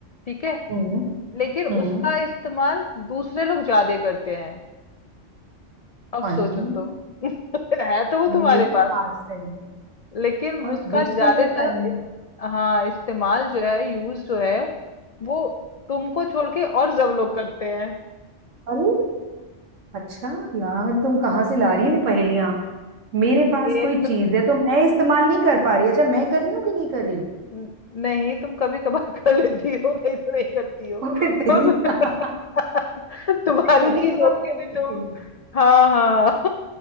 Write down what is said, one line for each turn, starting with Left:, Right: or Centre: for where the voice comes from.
Left: ठीक है
Right: हम्म
Left: लेकिन
Right: हम्म
Left: उसका इस्तेमाल दूसरे लोग ज्यादा करते हैं अब
Right: वही
Left: सोचो तो <laughs> है तो वो तुम्हारे
Right: मेरे
Left: पास
Right: पास है
Left: लेकिन
Right: और
Left: उसका
Right: दूसरे
Left: ज्यादातर
Right: लोग आए
Left: इ- हाँ इस्तेमाल जो है यूज जो है वो तुमको छोड़ के और सब लोग करते हैं
Right: अरे अच्छा यार तुम कहाँ से ला रही हो ये पहेलियां मेरे पास
Left: ये
Right: कोई चीज है तो मैं इस्तेमाल नहीं कर पा रही अच्छा मैं कर रही हूँ कि नहीं कर रही <laughs>
Left: न- नहीं तुम कभी कभार कर लेती हो नहीं तो नहीं करती हो
Right: और
Left: <laughs>
Right: फिर तेरी <laughs>
Left: तुम्हारी
Right: मैं कभी
Left: चीज
Right: कभार
Left: होगी
Right: कर
Left: भी
Right: सकती
Left: तुम
Right: हूँ
Left: हाँ हाँ